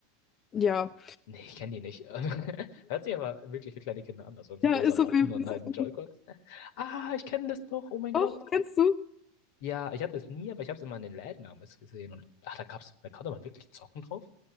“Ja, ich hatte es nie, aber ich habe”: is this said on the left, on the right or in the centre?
Left